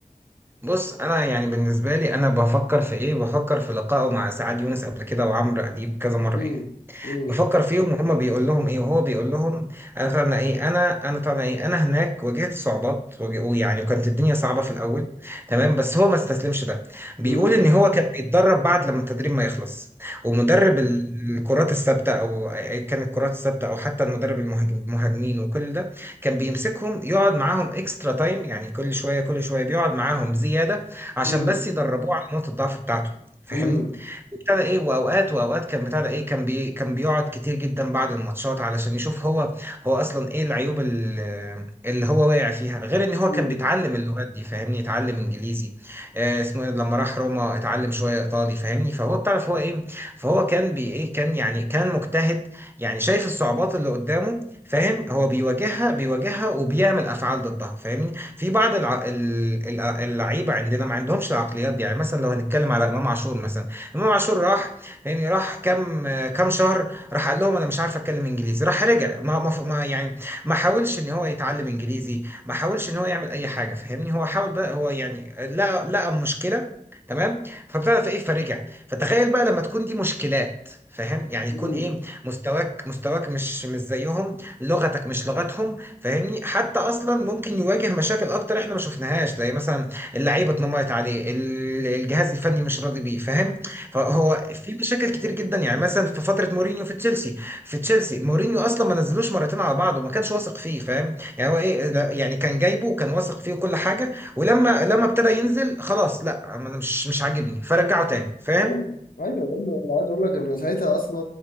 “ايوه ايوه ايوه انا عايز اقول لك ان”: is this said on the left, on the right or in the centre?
Left